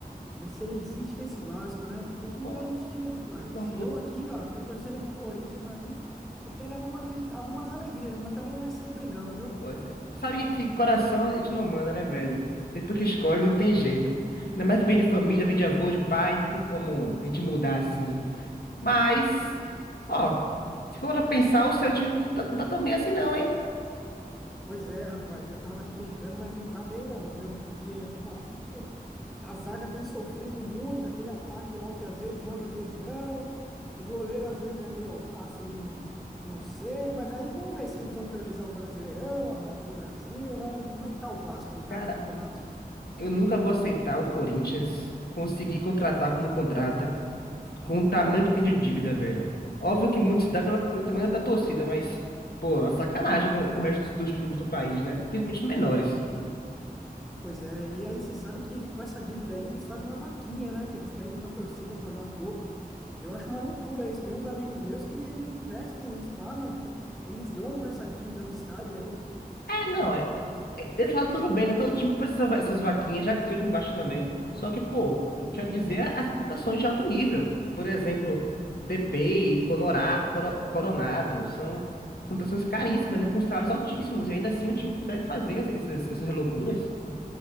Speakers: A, in the centre; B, on the left.
A: você insiste com esse Vasco, né? Tem que mudar
B: Pô,
A: de time, rapaz.
B: não, não-
A: Eu aqui, ó, tô torcendo pro Corinthians aí, tô tendo algumas, vi- algumas alegrias, mas também não é sempre não, viu?
B: ó, cê- Sabe que que coração a gente não manda, né, velho? Depois que escolhe, não tem jeito. Ainda mais que vem de família, vem de avô, de pai, não tem como a gente mudar assim. Mas, ó, se for pra pensar, o seu time não tá, não tá tão bem assim, não, hein?
A: Pois é, rapaz, eu tava aqui brincando, mas não tá bem não, viu? Porque ultimamente A zaga tem sofrido muito, aquele ataque lá que às vezes joga, às vezes não. O goleiro às vezes é meio alface, meio não, não sei. Mas aí vamos ver se eles vão priorizar o Brasileirão, a Copa do Brasil, né? Como é que tá o Vasco? Ele tá
B: Cara,
A: nos campeonatos?
B: eu nunca vou aceitar o Corinthians conseguir contratar como contrata. com o tamanho que tem de dívida, velho. Óbvio que muito se dá pela- pelo tamanho da torcida, mas, pô, é uma sacanagem com, com o resto dos, dos clubes do país, né? Principalmente os menores.
A: Pois é, e aí você sabe que ele com essa dívida aí, eles fazem uma vaquinha, né? Que eles pedem pra torcida pagar um pouco. Eu acho uma loucura isso. Tem uns amigos meus que eles investem, eles pagam, <laughs> eles dão pra essa dívida do estádio aí.
B: É, não, é, é- desse lado tudo bem, né? Todo time que precisa va- essas vaquinhas, já aconteceu com o Vasco também. Só que, pô, eu quero dizer é as contratações de alto nível. Por exemplo, DP, Conorá, Coro- Coronado, são contratações caríssimas, né? Com salários altíssimos, e ainda assim o time consegue fazer essas, essas loucuras.